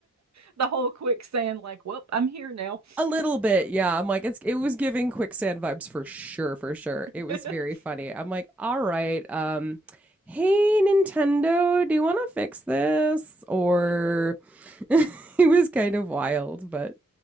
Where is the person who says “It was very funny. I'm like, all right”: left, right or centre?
Centre